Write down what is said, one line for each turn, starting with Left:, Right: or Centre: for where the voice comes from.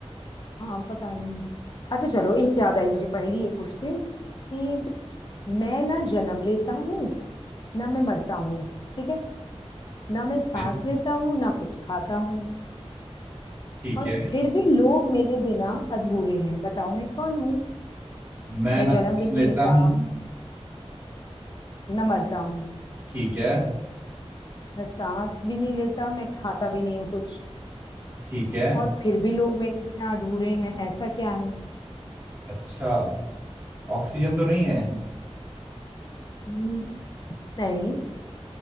Left: हाँ पता नहीं अच्छा चलो एक याद आई मुझे पहेली ये पूछती हूँ कि मैं ना जन्म लेता हूँ ना मैं मरता हूँ ठीक है ना मैं सांस
Right: ठीक है
Left: लेता हूँ ना कुछ खाता हूँ
Right: ठीक
Left: और
Right: है
Left: फिर भी लोग मेरे बिना अधूरे हैं बताओ मैं कौन हूँ
Right: मैं
Left: मैं
Right: ना
Left: जन्म
Right: जन्म
Left: भी नहीं
Right: लेता
Left: लेता
Right: हूँ
Left: न मरता हूँ
Right: ठीक है
Left: मैं सांस भी नहीं लेता मैं खाता भी नहीं हूँ कुछ
Right: ठीक है
Left: और फिर भी लोग मेरे बिना अधूरे हैं ऐसा क्या है
Right: अच्छा ऑक्सीजन तो नहीं है
Left: हम्म, नहीं